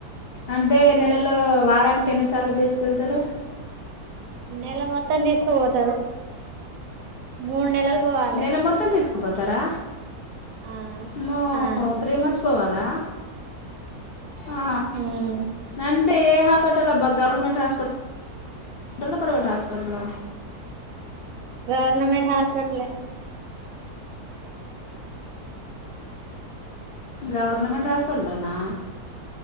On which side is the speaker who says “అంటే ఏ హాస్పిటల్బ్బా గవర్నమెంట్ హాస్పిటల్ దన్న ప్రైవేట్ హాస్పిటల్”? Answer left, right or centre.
Left